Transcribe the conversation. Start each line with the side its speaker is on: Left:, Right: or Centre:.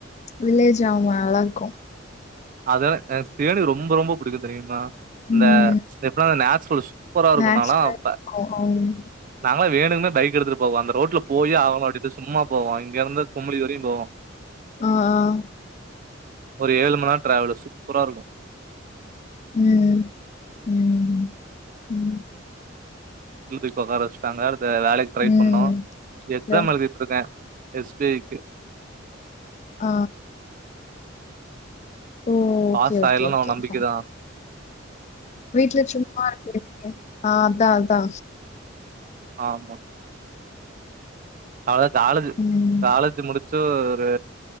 Left: வில்லேஜ் ஆமா நல்லா இருக்கு.
Right: அதானே ஏஸ் பி ஐ னா எனக்கு ரொம்ப ரொம்ப புடிக்கும் தெரியுமா இந்த
Left: ம்.
Right: எப்னா நேச்சுரல்ஸ் சூப்பரா இருக்கும்
Left: நேச்சுரல்
Right: நாலா அப்ப
Left: அ அம்
Right: நா நாலாம் வேணும்னே பைக் எடுத்துட்டு போவோ அந்த ரோட்ல போயே ஆவணும் அப்டின்ட்டு சும்மா போவோ இங்கேருந்து குமிலி வரையும் போவோம்
Left: ஆ ஆ
Right: ஒரு ஏலு மண்நேரோ ட்ராவலு சூப்பரா இருக்கு
Left: ம் ம் ம் ம்
Right: டியூட்டிக் போ ஒக்காற வெச்சிட்டாங்கர் இந்த வேலைக்கு ட்ரை
Left: ம்.
Right: பண்ணோ எக்ஸாம்
Left: யா.
Right: எழுதிட்டிருக்கே எஸ் பி ஐ க்கு
Left: ஆ ஓ ஓகே
Right: பாஸ்
Left: ஓகே
Right: ஆயிடலாம்னு
Left: ஓகே
Right: ஒரு நம்பிக்கை
Left: <inaudible>
Right: தான்.
Left: வீட்ல சும்மா இருக்குது ஆ அத்தா அத்தா
Right: ஆமா அவ்ளதா காலேஜ்
Left: ம்.
Right: காலேஜ் முடிச்சி து ஒரு